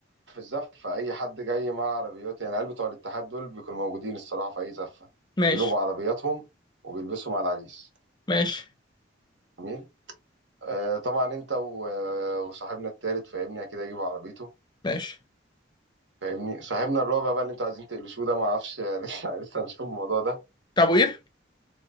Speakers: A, on the right; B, on the left.
A: في الزفه اي حد جاي مع عربيات يعني العيال بتوع الاتحاد دول بيكونوا موجودين الصراحه في اي زفه
B: ماشي
A: بيجوا بعربياتهم وبيلبسوا مع العريس
B: ماشي
A: جميل آه طبعا انت و- آه، وصاحبنا التالت فاهمني اكيد هيجيب عربيته
B: ماشي
A: فاهمني صاحبنا الرابع بقى اللي انتوا عايزين تقلشوه ده ما اعرفش <laughs> لسه لسه هنشوف الموضوع ده
B: طب وقير